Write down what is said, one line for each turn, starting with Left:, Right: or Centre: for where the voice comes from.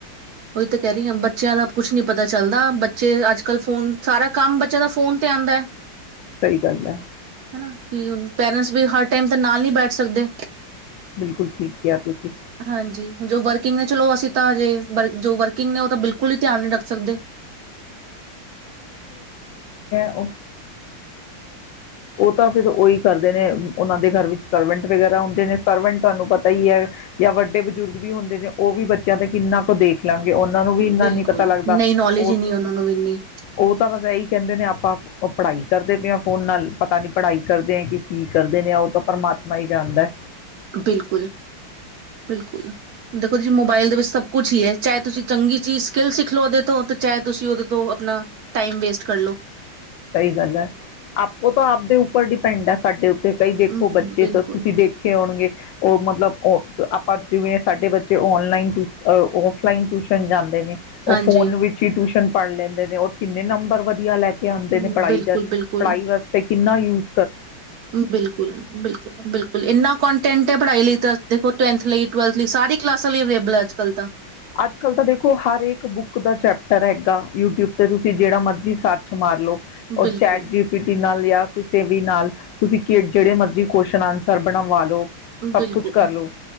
Right: ਉਹੀ ਕਹਿ ਰਹੀ ਆ ਬੱਚਿਆਂ ਦਾ ਕੁਛ ਨੀ ਪਤਾ ਚੱਲਦਾ ਬੱਚੇ ਅੱਜ ਕੱਲ ਫੋਨ ਸਾਰਾ ਕੰਮ ਬੱਚਿਆਂ ਦਾ ਫੋਨ ਤੇ ਆਉਂਦਾ ਹੈ
Left: ਸਹੀ ਗੱਲ ਹੈ
Right: ਹਨਾ ਕਿ ਹੁਣ ਪੇਰੈਂਟਸ ਵੀ ਹਰ ਟਾਈਮ ਤਾਂ ਨਾਲ ਨਹੀਂ ਬੈਠ ਸਕਦੇ
Left: ਬਿਲਕੁਲ ਠੀਕ ਕਿਹਾ ਤੁਸੀਂ
Right: ਹਾਂਜੀ ਜੋ ਵਰਕਿੰਗ ਨੇ ਚਲੋ ਅਸੀਂ ਤਾਂ ਹਜੇ ਜੋ ਵਰਕਿੰਗ ਨੇ ਉਹ ਤਾਂ ਬਿਲਕੁਲ ਹੀ ਧਿਆਨ ਨੀ ਰੱਖ ਸਕਦੇ
Left: ਓ ਉਹ ਤਾਂ ਫਿਰ ਉਹੀ ਕਰਦੇ ਨੇ ਉਹਨਾਂ ਦੇ ਘਰ ਵਿੱਚ ਸਰਵੈਂਟ ਵਗੈਰਾ ਹੁੰਦੇ ਨੇ ਸਰਵੈਂਟ ਤੁਹਾਨੂੰ ਪਤਾ ਹੀ ਹੈ ਜਾਂ ਵੱਡੇ ਬਜ਼ੁਰਗ ਵੀ ਹੁੰਦੇ ਨੇ ਉਹ ਵੀ ਬੱਚਿਆਂ ਤੇ ਕਿੰਨਾ ਕੁ ਦੇਖ ਲਣਗੇ ਉਹਨਾਂ ਨੂੰ ਵੀ ਇੰਨਾ
Right: ਬਿਲਕੁਲ
Left: ਨ ਪਤਾ ਲੱਗਦਾ
Right: ਨਹੀਂ ਨੌਲੇਜ
Left: ਉਹ
Right: ਹੀ ਨਹੀਂ ਉਹਨਾਂ ਨੂੰ ਇੰਨੀ
Left: ਉਹ ਤਾਂ ਵਸ ਇਹੀ ਕਹਿੰਦੇ ਨੇ ਆਪਾਂ ਪੜ੍ਹਾਈ ਕਰਦੇ ਪਏ ਹਾਂ ਫੋਨ ਨਾਲ ਪਤਾ ਨੀ ਪੜ੍ਹਾਈ ਕਰਦੇ ਹੈ ਕਿ ਕੀ ਕਰਦੇ ਨੇ ਉਹ ਤਾਂ ਪਰਮਾਤਮਾ ਮਾਈ ਜਾਂਦਾ
Right: ਬਿਲਕੁਲ ਬਿਲਕੁਲ <unintelligible> ਮੋਬਾਇਲ ਦੇ ਵਿੱਚ ਸਭ ਕੁੱਛ ਹੀ ਹੈ ਚਾਹੇ ਤੁਸੀਂ ਚੰਗੀ ਚੀਜ਼ ਸਕਿੱਲ ਸਿੱਖ ਲਓ ਉਹਦੇ ਤੋਂ ਚਾਹੇ ਤੁਸੀਂ ਉਹਦੇ ਤੋਂ ਆਪਣਾ ਟਾਈਮ ਵੇਸਟ ਕਰ ਲੋ
Left: ਸਹੀ ਗੱਲ ਹੈ ਆਪੋ ਤਾਂ ਆਪਦੇ ਉੱਪਰ ਡਿਪੈਂਡ ਹੈ ਸਾਡੇ ਉੱਤੇ ਕਈ ਦੇਖੋ
Right: ਹਮ,
Left: ਬੱਚੇ
Right: ਬਿਲਕੁਲ
Left: ਤਾਂ ਤੁਸੀਂ ਦੇਖੇ ਹੋਣਗੇ ਉਹ ਮਤਲਬ ਆਪਾਂ ਜਿਵੇਂ ਸਾਡੇ ਬੱਚੇ ਔਨਲਾਈਨ ਔਫਲਾਈਨ ਟਿਊਸ਼ਨ ਜਾਂਦੇ ਨੇ
Right: ਹਾਂਜੀ
Left: ਉਹ ਫੋਨ ਵਿੱਚ ਹੀ ਟਿਊਸ਼ਨ ਪੜ੍ਹ ਲੈਂਦੇ ਨੇ ਔਰ ਕਿੰਨੇ ਨੰਬਰ ਵਧੀਆ ਲੈ ਕੇ ਆਉਂਦੇ
Right: ਹਮ,
Left: ਨੇ ਪੜ੍ਹਾਈ
Right: ਬਿਲਕੁਲ
Left: ਦਾ
Right: ਬਿਲਕੁਲ
Left: ਪੜ੍ਹਾਈ ਵਾਸਤੇ ਕਿੰਨਾ ਯੂਜ਼
Right: ਬਿਲਕੁਲ ਬਿਲਕੁਲ ਬਿਲਕੁਲ ਇਨਾ ਕੰਟੈਂਟ ਹੈ ਪੜ੍ਹਾਈ ਲਈ ਤ ਦੇੋ ਟੈਂ ਲਈ ਟਵਲਥ ਲਈ ਸਾਰੀ ਕਲਾਸਾਂ ਲਈ ਅਵੇਲਏਬਲ ਅਜ ਕਲ
Left: ਅੱਜ ਕੱਲ ਤਾਂ ਦੇਖੋ ਹਰ ਇੱਕ ਬੁੱਕ ਦਾ ਚੈਪਟਰ ਹੈਗਾ ਯੂਟਿਊਬ ਤੇ ਤੁਸੀਂ ਜਿਹੜਾ ਮਰਜ਼ੀ ਸੱਚ ਚ ਮਾਰ ਲੋੋ ਉਹਰ
Right: ਬਿਲਕੁਲ
Left: ਚੈਟ ਜੀ ਪੀ ਟੀ ਨਾਲ ਲਿਆ ਕਿਸੇ ਵੀ ਨਾਲ ਤੁਸੀਂ ਜਿਹੜੇ ਮਰਜ਼ੀ ਕੁਸ਼ਚਨ ਆਨਸਰ ਬਣਾਵਾ ਲਓ
Right: ਬਿਲਕੁਲ
Left: ਸਭ ਕੁਝ ਕਰ ਲਓ